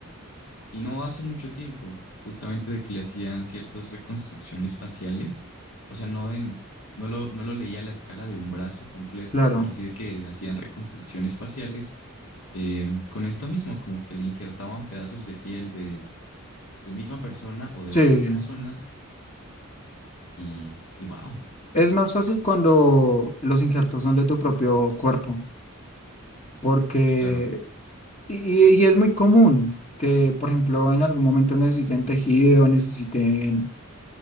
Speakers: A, on the left; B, on the left.
A: Y no hace mucho tiempo, justamente de que le hacían ciertas reconstrucciones faciales. O sea, no en, no lo, no lo leía a la escala de un brazo completo,
B: claro.
A: pero sí de que hacían reconstrucciones faciales eh, con esto mismo, como que le injertaban pedazos de piel de la misma persona o de
B: Sí.
A: otra persona. Y, y wow.
B: Es más fácil cuando los injertos son de tu propio cuerpo, porque,
A: Sí, claro.
B: y, y- y es muy común que, por ejemplo, en algún momento necesiten tejido, necesiten,